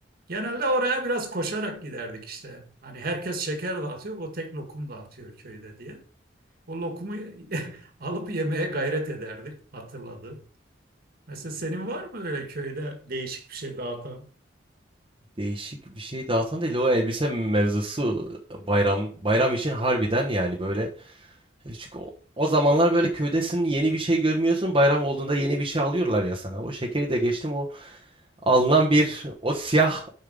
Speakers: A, on the right; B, on the right.
A: Genelde oraya biraz koşarak giderdik işte. Hani herkes şeker dağıtıyor o tek lokum dağıtıyor köyde diye. O lokumu <laughs> alıp yemeye gayret ederdik hatırladım. Mesela senin var mı öyle köyde değişik bir şey dağıtan?
B: Değişik bir şey dağıtan değil o elbise mevzusu bayram bayram için harbiden yani böyle E, çünkü o, o zamanlar böyle köydesin yeni bir şey görmüyorsun bayram olduğunda yeni bir şey alıyorlar ya sana. O şekeri de geçtim o alınan bir o siyah